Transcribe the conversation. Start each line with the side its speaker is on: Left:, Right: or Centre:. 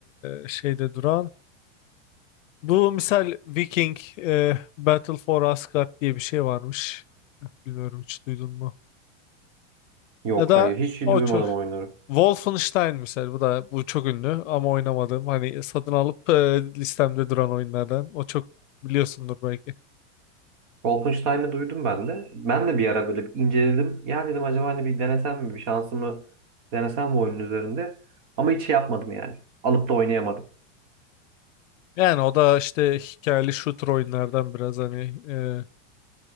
Left: e, şeyde duran. Bu misal Viking e, Battle for Asgard diye bir şey varmış. Bilmiyorum hiç duydun mu?
Right: Yok
Left: Ya da
Right: hayır hiç duymadım
Left: o çok
Right: oyunları.
Left: Wolfenstein misal bu da bu çok ünlü ama oynamadım. Hani satın alıp e, listemde duran oyunlardan. O çok biliyorsundur belki.
Right: Wolfenstein'ı duydum ben de. Ben de bir ara böyle bir inceledim. Ya dedim acaba hani bir denesem mi? Bir şansımı denesem mi oyunun üzerinde? Ama hiç şey yapmadım yani. Alıp da oynayamadım.
Left: Yani o da işte hikayeli shooter oyunlardan biraz hani e,